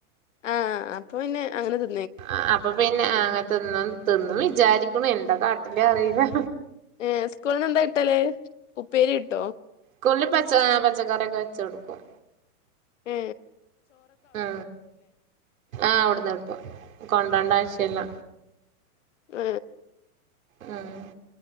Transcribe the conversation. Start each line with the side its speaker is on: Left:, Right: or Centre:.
Left: ആഹ് അപ്പൊ പിന്നെ അങ്ങനെ കി
Right: ആ അപ്പോ പിന്നെ അങ്ങനെ തിന്നു തിന്നു വിചാരിക്കുണു എന്റെ കാ ഇല്ല അറിയില്ല.
Left: ഏഹ് സ്കൂളുന്ന് എന്താ കിട്ടല് ഉപ്പേരി കി ട്ടോ.
Right: കൂളിൽ പച്ച പച്ചക്കറിയൊക്കെ വെച്ച് കൊടുക്കും.
Left: ഏ
Right: ങാ ആഹ് അവിടുന്ന് കിട്ടും കൊണ്ടേണ്ടാശ്യല്ല.
Left: മ്മ്
Right: ഉം